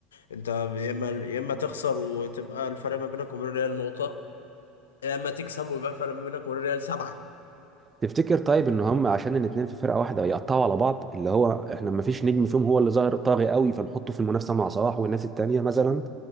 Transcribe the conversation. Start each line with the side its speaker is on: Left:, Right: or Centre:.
Left: أنت يا إما يا إما تخسر وتبقى الفرق ما بينك وبين الريال نقطة يا إما تكسب ويبقى الفرق ما بينك وبين الريال سبعة
Right: تفتكر طيب ان هم عشان الاثنين في فرقه واحده يقطعوا على بعض اللي هو احنا ما فيش نجم فيهم هو اللي ظاهر طاغي قوي فنحطه في المنافسه مع صلاح والناس التانيه مثلا